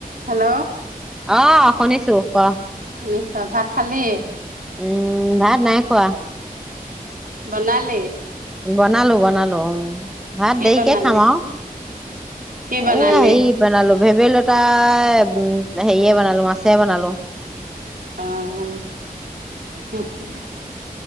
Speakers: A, on the right; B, in the centre.
A: Hello.
B: অ', শুনিছো ক।
A: শুনিছে, ভাত খালি।
B: উম, ভাত নাই খোৱা।
A: বনালি?
B: বনালো, বনালো, উম, ভাত
A: কি
B: দেৰিকে
A: বনালি
B: খাম আৰু।
A: কি বনালি
B: এ হৰি বনালো ভেদাই লতাই উম, হেৰিয়ে বনালো মাছে বনালো।
A: আহ'। <unintelligible>